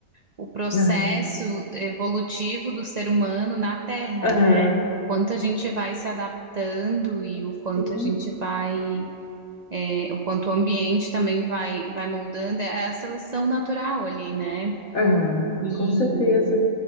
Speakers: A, on the right (about 85°); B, on the left (about 70°).
A: o processo
B: aham,
A: evolutivo do ser humano na Terra,
B: aham.
A: né? O quanto a gente vai se adaptando e o quanto
B: Sim,
A: a gente vai, é, o quanto o ambiente também vai, vai moldando. É a seleção natural ali, né?
B: aham,
A: E
B: com certeza.